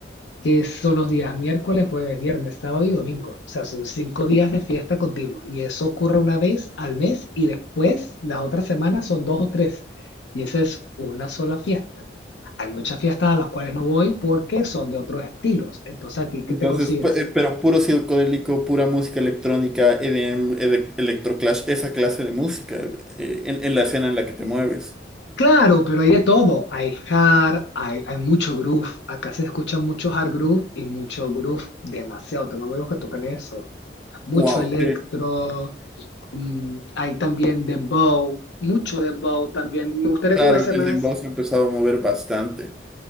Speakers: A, on the left; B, in the centre.
A: que son los días miércoles, jueves, viernes, sábado y domingo. O sea, son cinco días de fiesta continuo Y eso ocurre una vez al mes y después las otras semanas son dos o tres. Y esa es una sola fiesta. Hay muchas fiestas a las cuales no voy porque son de otros estilos. Entonces aquí, ¿qué
B: Entonces,
A: te consigues?
B: pu- eh, pero puro psicodélico, pura música electrónica, EDM, ede- electroclash, esa clase de música, eh, en, en la escena en la que te mueves.
A: Claro, pero hay de todo. Hay hard, hay, hay mucho groove. Acá se escucha mucho hard groove y mucho groove demasiado. Tengo amigos que tocan eso. Mucho
B: Wow,
A: electro,
B: que
A: Mm, hay también dembow, mucho dembow también. Me gustaría
B: claro,
A: que hubiese
B: el
A: más.
B: el dembow se ha empezado a mover bastante.